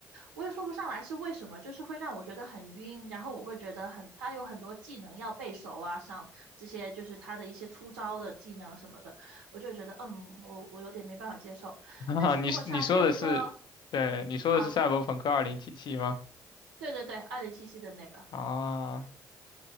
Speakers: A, on the right (about 75°); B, on the left (about 50°).
A: 我也说不上来是为什么，就是会让我觉得很晕，然后我会觉得很，它有很多技能要背熟啊，像这些就是它的一些出招的技能什么的，我就觉得嗯，我我有点没办法接受。
B: <laughs> 啊，
A: 但是如果像譬如说。
B: 你你说的是，对，你说的是《赛博朋克2077》吗？
A: 啊，对对对，二零七七的那个，
B: 啊，